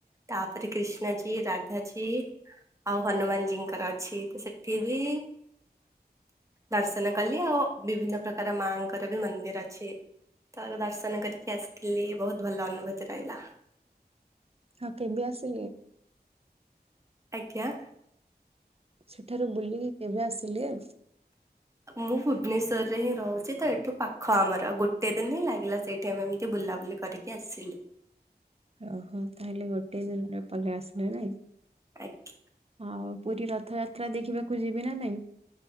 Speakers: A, on the right; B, on the right.
A: ତାପରେ କୃଷ୍ଣଜୀ ରାଧାଜୀ ଆଉ ହନୁମାନଜୀଙ୍କର ଅଛି। ତ ସେଠି ବି ଦର୍ଶନ କଲି, ଆଉ ବିଭିନ୍ନ ପ୍ରକାର ମାଆଙ୍କର ବି ମନ୍ଦିର ଅଛି। ତାର ଦର୍ଶନ କରିକି ଆସିଥିଲି, ବହୁତ ଭଲ ଅନୁଭୂତି ରହିଲା।
B: ହଁ କେବେ ଆସିଲେ?
A: ଆଜ୍ଞା।
B: ସେଠାରୁ ବୁଲିକି କେବେ ଆସିଲେ?
A: ମୁଁ ଭୁବନେଶ୍ୱରରେ ହିଁ ରହୁଛି ତ, ଏଠୁ ପାଖ ଆମର। ଗୋଟେ ଦିନ ହିଁ ଲାଗିଲା ସେଇଠି ଆମେ ଏମିତି ବୁଲାବୁଲି କରି କି ଆସିଲୁ।
B: ଓହୋ। ତାହେଲେ ଗୋଟେ ଦିନରେ ପରେ ଆସିଲେ ନାଇଁ?
A: ଆଜ୍ଞା।
B: ହଉ ପୁରୀ ରଥଯାତ୍ରା ଦେଖିବାକୁ ଯିବି ନା ନାଇଁ?